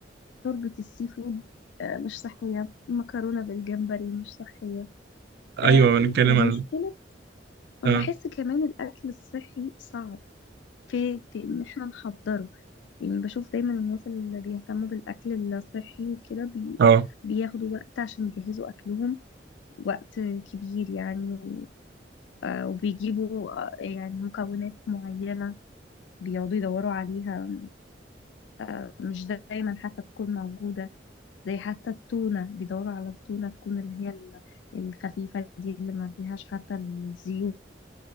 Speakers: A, on the left (about 70°); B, on the right (about 60°).
A: شوربة السي فود آه، مش صحية المكرونة بالجمبري مش صحية
B: ايوه
A: آه،
B: بنتكلم
A: ومشكلة
B: عن
A: وبحس
B: اه
A: كمان الأكل الصحي صعب في في إن احنا نحضره يعني بشوف دايما الناس اللي بيهتموا بالأكل الصحي وكده بي
B: اه
A: بياخدوا وقت عشان يجهزوا أكلهم وقت كبير يعني آه، وبيجيبوا آه، يعني مكونات معينة بيقعدوا يدوروا عليها آه، مش دايما حتى تكون موجودة زي حتى التونة بيدوروا على التونة تكون اللي هي ال- الخفيفة دي اللي ما فيهاش حتى الزيوت